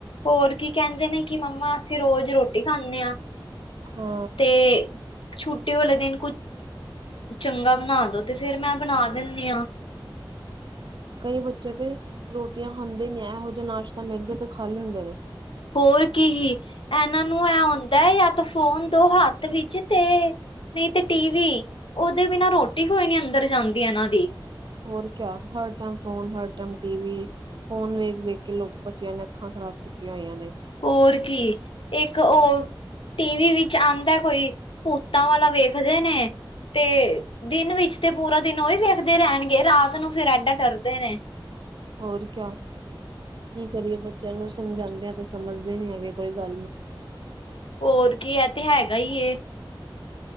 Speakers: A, on the left; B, on the right.
A: ਹੋਰ ਕੀ ਕੈਂਦੇ ਨੇ ਕਿ ਮੰਮਾ ਅਸੀਂ ਰੋਜ਼ ਰੋਟੀ ਖਾਂਨੇ ਆਂ।
B: ਹੋ
A: ਤੇ ਛੁੱਟੀ ਵਾਲੇ ਦਿਨ ਕੁ ਚੰਗਾ ਬਣਾ ਦੋ ਤੇ ਫਿਰ ਮੈਂ ਬਣਾ ਦਿੰਨੀ ਆਂ।
B: ਕਈ ਬੱਚੇ ਤੇ ਰੋਟੀਆਂ ਖਾਂਦੇ ਨੀ ਇਹੋ ਜਾ ਨਾਸ਼ਤਾ ਮਿਲ ਜਏ ਤੇ ਖਾ ਲੈਂਦੇ ਨੇ।
A: ਹੋਰ ਕੀ ਹੀ ਇਨਾਂ ਨੂੰ ਐ ਹੁੰਦਾ ਏ ਯਾ ਤੋ ਫੋਨ ਦੋ ਹੱਥ ਵਿੱਚ ਤੇ ਨਈ ਤੇ ਟੀ ਵੀ ਉਹਦੇ ਬਿਨਾਂ ਰੋਟੀ ਕੋਈ ਨੀ ਅੰਦਰ ਜਾਂਦੀ ਇਨਾਂ ਦੇ।
B: ਹੋਰ ਕਿਆ ਹਰ ਟੈਮ ਫੋਨ ਹਰ ਟੈਮ ਟੀਵੀ। ਫ਼ੋਨ ਵੇਖ-ਵੇਖ ਕੇ ਲੋਕ ਬੱਚਿਆਂ ਨੇ ਅੱਖਾਂ ਖ਼ਰਾਬ ਕੀਤੀਆਂ ਹੋਈਆਂ ਨੇ।
A: ਹੋਰ ਕੀ, ਇੱਕ ਔਰ ਟੀਵੀ ਵਿੱਚ ਆਂਦਾ ਕੋਈ ਭੂਤਾਂ ਵਾਲਾ ਵੇਖਦੇ ਨੇ। ਤੇ ਦਿਨ ਵਿੱਚ ਤੇ ਪੂਰਾ ਦਿਨ ਉਹੀ ਵੇਖਦੇ ਰਹਿਣਗੇ ਰਾਤ ਨੂੰ ਫੇਰ ਐਡਾ ਡਰਦੇ ਨੇ।
B: ਹੋਰ ਕਿਆ, ਕੀ ਕਰੀਏ ਬੱਚਿਆਂ ਨੂੰ ਸਮਝਾਂਦੇ ਆ ਤੇ ਸਮਝਦੇ ਨੀ ਹੈਗੇ ਕੋਈ ਗੱਲ ਨੂੰ।
A: ਹੋਰ ਕੀ, ਐ ਤਾਂ ਹੈਗਾ ਈ ਏ।